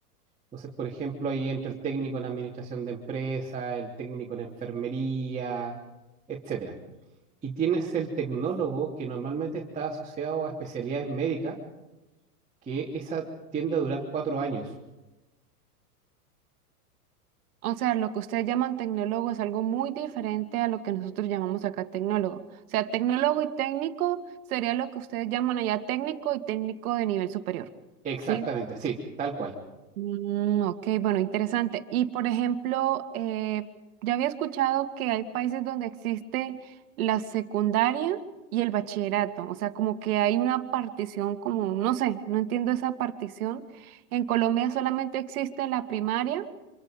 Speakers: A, on the right; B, on the right.
A: Entonces, por ejemplo, ahí entra el técnico en administración de empresa, el técnico en enfermería, etcétera. Y tienes el tecnólogo, que normalmente está asociado a especialidades médicas que esa tiende a durar cuatro años.
B: O sea, lo que ustedes llaman tecnólogo es algo muy diferente a lo que nosotros llamamos acá tecnólogo. O sea, tecnólogo y técnico sería lo que ustedes llaman allá técnico y técnico de nivel superior.
A: Exactamente,
B: ¿Sí?
A: sí, tal cual.
B: Mm, ok, bueno, interesante. Y por ejemplo, eh, ya había escuchado que hay países donde existe la secundaria y el bachillerato. O sea, como que hay una partición, como, no sé, no entiendo esa partición. En Colombia solamente existe la primaria